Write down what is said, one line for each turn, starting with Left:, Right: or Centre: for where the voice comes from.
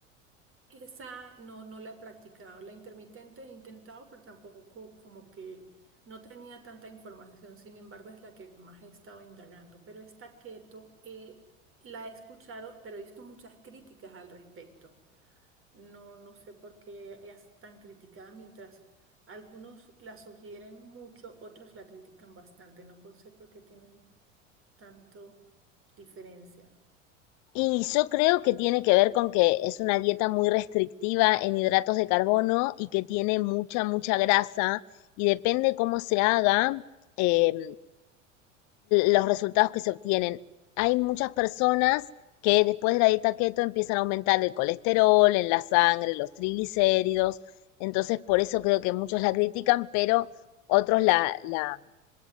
Right: Esa no, no la he practicado, la intermitente he intentado, pero tampoco como que no tenía tanta información, sin embargo es la que más he estado indagando, pero esta keto eh, la he escuchado, pero he visto muchas críticas al respecto. No, no sé por qué es tan criticada mientras... Algunos la sugieren mucho, otros la critican bastante. No por- sé por qué tienen tanto diferencia.
Left: Y yo creo que tiene que ver con que es una dieta muy restrictiva en hidratos de carbono y que tiene mucha, mucha grasa y depende cómo se haga, eh, los resultados que se obtienen. Hay muchas personas que después de la dieta keto empiezan a aumentar el colesterol en la sangre, los triglicéridos, entonces por eso creo que muchos la critican, pero otros la, la,